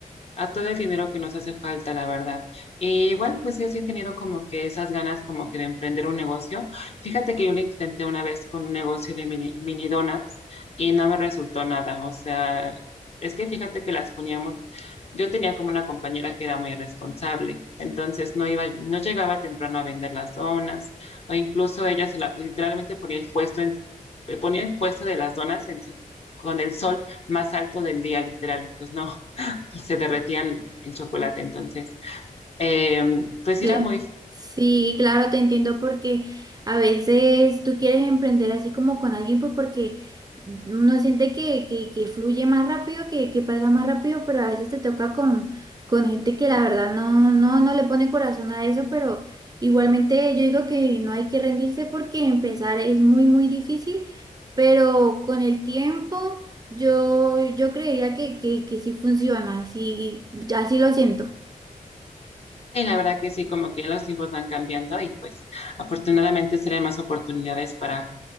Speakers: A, on the left; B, on the right.
A: a todo el dinero que nos hace falta, la verdad. Y igual, pues yo sí he tenido como que esas ganas como que de emprender un negocio. Fíjate que yo lo intenté una vez con un negocio de mini, mini donuts y no me resultó nada. O sea, es que fíjate que las poníamos, yo tenía como una compañera que era muy irresponsable, entonces no iba, no llegaba temprano a vender las donas, o incluso ella se la, literalmente ponía el puesto en, ponía el puesto de las donas en, sí, con el sol más alto del día, literal. Pues no, y se derretía el, el chocolate. Entonces, eh, pues
B: Cl-
A: era muy...
B: Sí, claro, te entiendo porque a veces tú quieres emprender así como con alguien, pues porque uno siente que, que, que fluye más rápido, que, que pasa más rápido, pero a veces te toca con, con gente que la verdad no, no, no le pone corazón a eso, pero igualmente yo digo que no hay que rendirse porque empezar es muy, muy difícil, pero con el tiempo yo, yo creería que, que, que sí funciona, sí, ya sí lo siento.
A: Y la verdad que sí, como que los tiempos van cambiando y pues afortunadamente serán más oportunidades para,